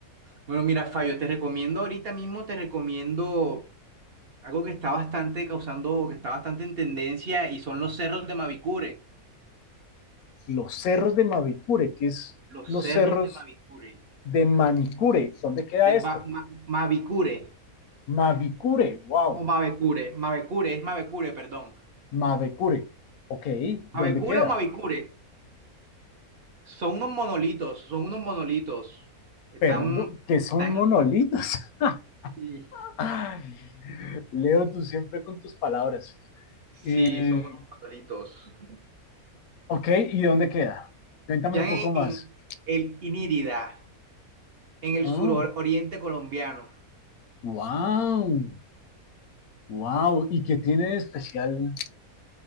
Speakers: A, on the right (about 55°); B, on the left (about 75°).
A: Bueno, mira, Fabio, te recomiendo ahorita mismo, te recomiendo algo que está bastante causando, que está bastante en tendencia y son los cerros de Mavicure.
B: Los cerros de Mavicure, que es
A: Los
B: los
A: cerros
B: cerros
A: de Mavicure.
B: de Manicure. ¿Dónde queda
A: De Ba-
B: esto?
A: Ma- Mavicure.
B: Mavicure, wow,
A: No, Mavecure. Mavecure, es Mavecure, perdón.
B: Mavicure. Ok, ¿dónde
A: ¿Mavecure
B: queda?
A: o Mavicure? Son unos monolitos, son unos monolitos. Están,
B: Perdón, que son
A: están,
B: monolitos. <laughs>
A: sí,
B: <laughs> Ay, Leo, tú siempre con tus palabras.
A: sí,
B: Eh,
A: son unos monolitos.
B: ok, ¿y dónde queda? Cuéntame
A: Quedan
B: un poco
A: en,
B: más.
A: en el Inírida, en el
B: Oh,
A: suroriente colombiano.
B: wow, wow. ¿Y qué tiene de especial